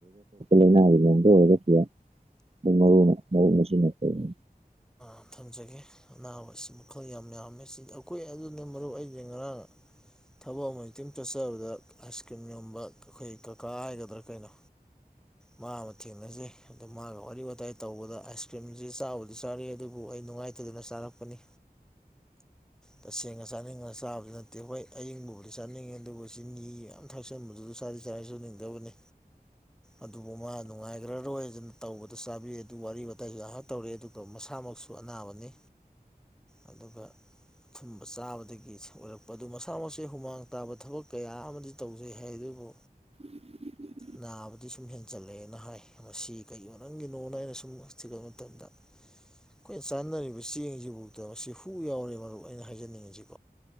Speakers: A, on the right; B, in the centre.
A: ꯂꯥꯏꯅꯥꯒꯤ ꯃꯑꯣꯡꯗ ꯑꯣꯏꯔꯒꯁꯨ ꯑꯗꯨ ꯃꯔꯨꯑꯣꯏꯅ ꯃꯔꯨꯞꯅ ꯁꯤ <unintelligible>
B: ꯑ ꯊꯝꯖꯒꯦ ꯑꯅꯥꯕꯁꯤ ꯃꯈꯜ ꯌꯥꯝ ꯌꯥꯝꯃꯤ <unintelligible> ꯑꯩꯈꯣꯏ ꯑꯗꯨꯅꯦ ꯃꯔꯨꯞ ꯑꯩꯁꯦ ꯉꯔꯥꯡ ꯊꯕꯛ ꯑꯃꯈꯛꯇꯡ ꯆꯠꯆꯕꯗ ꯑꯥꯏꯁ ꯀ꯭ꯔꯤꯝ ꯌꯣꯟꯝꯕ ꯑꯩꯈꯣꯏ ꯀꯥꯀꯥ ꯍꯥꯏꯒꯗ꯭ꯔꯥ ꯀꯩꯅꯣ ꯃꯥ ꯑꯃ ꯊꯦꯡꯅꯖꯩ ꯑꯗꯨ ꯃꯥꯒ ꯋꯥꯔꯤ ꯋꯥꯇꯥꯏ ꯇꯧꯕꯗ ꯑꯥꯏꯁ ꯀ꯭ꯔꯤꯝꯁꯤ ꯆꯥꯕꯨꯗꯤ ꯆꯥꯔꯛꯑꯦ ꯑꯗꯨꯕꯨ ꯕꯨ ꯑꯩ ꯅꯨꯡꯉꯥꯏꯇꯗꯅ ꯆꯥꯔꯛꯄꯅꯤ ꯇꯁꯦꯡꯅ ꯆꯥꯅꯤꯡꯉ ꯆꯥꯕꯁꯨ ꯅꯠ ꯇꯦ ꯑ ꯍꯣꯏ ꯑꯌꯤꯡꯕꯕꯨꯗꯤ ꯆꯥꯅꯤꯡꯉꯦ ꯑꯗꯨꯕꯨ ꯆꯤꯅꯤ ꯌꯥꯝ ꯊꯥꯛꯆꯟꯕꯗꯨꯗꯁꯨ ꯆꯥꯗꯤ ꯆꯥꯖ ꯅꯤꯡꯗꯕꯅꯤ ꯑꯗꯨꯕꯨ ꯃꯥ ꯅꯨꯡꯉꯥꯏꯈ꯭ꯔꯔꯣꯏꯅ ꯇꯧꯕꯗ ꯆꯥꯕꯤ ꯑꯗꯨ ꯋꯥꯔꯤ ꯋꯥꯇꯥꯏꯁꯨꯥ ꯉꯥꯏꯍꯥꯛ ꯇꯧꯔꯦ ꯑꯗꯨꯒ ꯃꯁꯥꯃꯛꯁꯨ ꯁꯨ ꯑꯅꯥꯕꯅꯤ ꯑꯗꯨꯒ ꯑꯊꯨꯝꯕ ꯆꯥꯕꯗꯒꯤ ꯑꯣꯏꯔꯛꯄ ꯃꯗꯨ ꯃꯁꯥ ꯃꯛꯁꯦ ꯍꯨꯃꯥꯡ ꯇꯥꯕ ꯊꯕꯛ ꯀꯌꯥ ꯑꯃꯗꯤ ꯇꯧꯖꯩ ꯍꯥꯏ ꯑꯗꯨꯕꯨ
A: <inaudible>
B: ꯅꯥꯕꯗꯤ ꯁꯨꯝ ꯍꯦꯟꯖꯜꯂꯛꯑꯦꯅ ꯍꯥꯏ ꯃꯁꯤ ꯀꯩ ꯃꯔꯝꯒꯤꯅꯣꯅ ꯑꯩꯅ ꯁꯨꯝ ꯊꯤꯒꯠꯄ ꯃꯇꯝꯗ ꯑꯩꯈꯣꯏꯅ ꯆꯥꯅꯔꯤꯕ ꯆꯦꯡꯁꯤꯐꯥꯎꯗ ꯃꯁꯤ ꯍꯨ ꯌꯥꯎꯔꯦ ꯃꯔꯨꯞ ꯑꯩꯅ ꯍꯥꯏꯖꯅꯤꯡꯉꯤꯁꯤꯀꯣ